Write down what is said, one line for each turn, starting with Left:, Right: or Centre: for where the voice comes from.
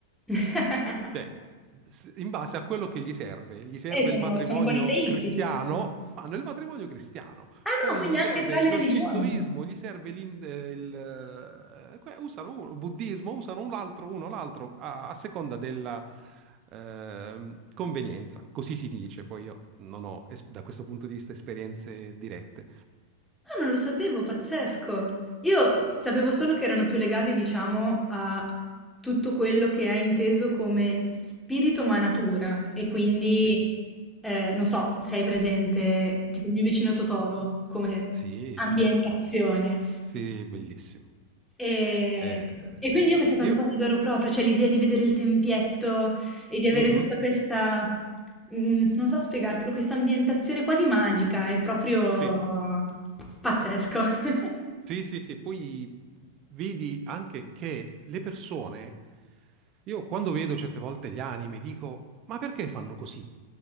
Centre: <laughs>
Right: Cioè, s- in base a quello che gli serve, gli serve
Centre: Eh, sono
Right: il matrimonio
Centre: sono politeisti,
Right: cristiano,
Centre: giusto?
Right: fanno il matrimonio cristiano.
Centre: Ah
Right: Poi
Centre: no, Quindi
Right: gli
Centre: quindi anche
Right: serve
Centre: tra le
Right: lo
Centre: religioni.
Right: shintoismo, gli serve l'in- eh, il, eh, que- usano uno- il buddismo, usano un altro, uno l'altro, a, a seconda della ehm, convenienza. Così si dice. Poi io non ho, es- da questo punto di vista, esperienze dirette.
Centre: Ah, non lo sapevo, pazzesco. Io s- sapevo
Right: Sì.
Centre: solo che erano più legati, diciamo, a tutto quello che è inteso come spirito ma natura. E quindi,
Right: Sì,
Centre: eh, non so, sei presente, tipo il mio vicino Totoro, come
Right: sì,
Centre: ambientazione.
Right: certo. Sì, bellissimo.
Centre: Ehm,
Right: Eh,
Centre: e quindi io queste cose
Right: io...
Centre: qua le adoro proprio, cioè l'idea di vedere il tempietto e di avere
Right: Mhm,
Centre: tutta questa mhmm, non so spiegartelo, questa ambientazione quasi magica, è proprio
Right: sì.
Centre: pazzesco. <laughs>
Right: Sì, sì, sì, poi vedi anche che le persone, io quando vedo certe volte gli anime dico, ma perché fanno così?